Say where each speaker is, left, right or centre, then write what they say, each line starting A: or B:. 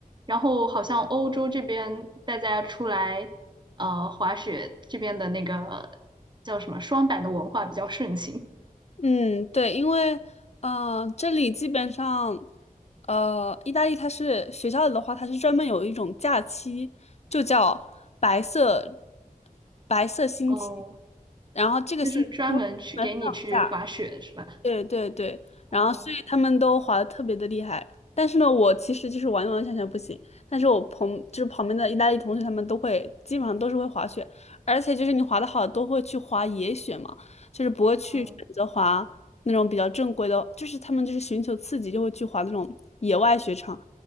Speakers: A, on the right; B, on the left.
A: 然后好像欧洲这边大家出来。呃滑雪这边的那个叫什么双板的文化比较盛行。
B: 嗯，对，因为嗯、呃这里基本上，呃，意大利它是学校里的话，它是专门有一种假期，就叫白色白色星期，
A: 哦，
B: 然后这个星期就会专门放假。
A: 就是专门去给你去滑雪是吧？
B: 对对对，
A: 哦，
B: 然后所以他们都滑的特别的厉害，但是呢，我其实就是完完全全不行，但是我朋就是旁边的意大利同学他们都会，基本上都是会滑雪，而且就是你滑的好都会去滑野雪嘛，就是不会去选择滑那种比较正规的，
A: 嗯
B: 就是他们就是寻求刺激就会去滑那种野外雪场，